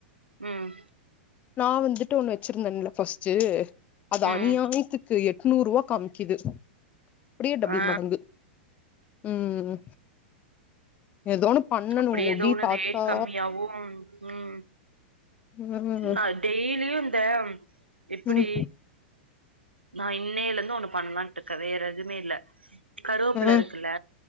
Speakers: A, on the right; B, on the left.
A: ம்
B: நா வந்துட்டு ஒண்ணு வச்சிருந்தேன்ல ஃபர்ஸ்ட்டு அது
A: ம்
B: அநியாயத்துக்கு எ நூரூவா காமிக்குது அப்டியே டபுள்
A: ஆ
B: மடங்கு ம் ஏதோன்னு பண்ணணு
A: அப்டியே
B: முடி
A: ஏதோ ஒன்னு
B: பாத்தா
A: ரேட் கம்மியாவு ம்
B: ம்
A: நா டெய்லியும் இந்த எப்படி
B: ம்
A: நா இன்னைல இருந்து ஒண்ணு பண்ணலான்ட்டு இருக்கே வேற எதுவுமே இல்ல கருவேப்புல
B: ம்
A: இருக்குல்ல